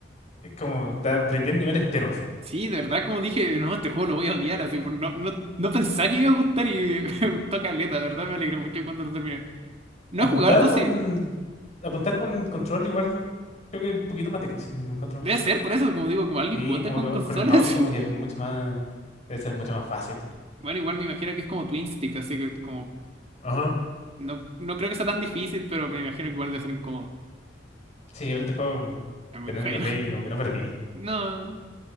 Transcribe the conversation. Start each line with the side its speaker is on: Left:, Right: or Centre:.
Left: es como te aprendí el nivel entero así.
Right: Sí, de verdad, como dije, no, este juego lo voy a odiar, así, por- no, no, no pensaba que me iba a gustar y <laughs> me gustó caleta, de verdad, me alegré mucho cuando lo terminé. No
Left: Apuntar
Right: he jugado el 2,
Left: con,
Right: sí,
Left: apuntar con control igual creo que es un poquito más difícil, lo encuentro.
Right: debe ser, por eso, como digo, como alguien
Left: Sí,
Right: jugó este
Left: como
Right: juego
Left: que
Right: en consola,
Left: con el mouse
Right: <laughs> así.
Left: como que es mucho más, debe ser mucho más fácil.
Right: Bueno, igual me imagino que es como Twin Stick, así que como,
Left: Ajá.
Right: no, no creo que sea tan difícil, pero me imagino que igual debe ser incómodo.
Left: Sí, pero este juego, mm,
Right: Es muy
Left: tener
Right: bueno.
Left: en la Play
Right: <laughs>
Left: como que no perdí.
Right: No,